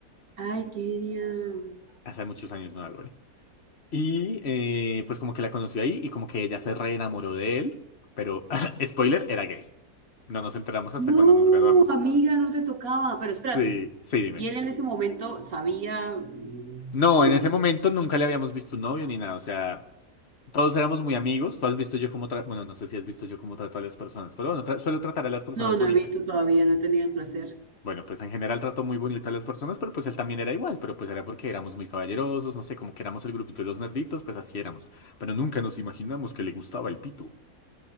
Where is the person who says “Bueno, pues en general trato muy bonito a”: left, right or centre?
Left